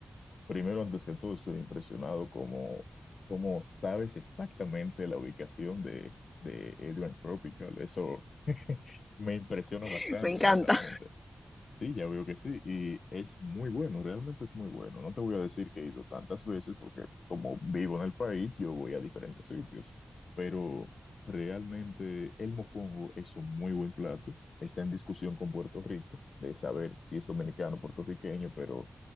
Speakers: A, on the left; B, on the left.
A: Primero, antes que todo, estoy impresionado como, cómo sabes exactamente la ubicación de, de Adrian Tropical. Eso <laughs> me impresiona
B: <laughs>
A: bastante,
B: Me encanta.
A: honestamente. Sí, ya veo que sí. Y es muy bueno, realmente es muy bueno. No te voy a decir que he ido tantas veces porque como vivo en el país, yo voy a diferentes sitios. Pero realmente el mofongo es un muy buen plato. Está en discusión con Puerto Rico de saber si es dominicano o puertorriqueño, pero...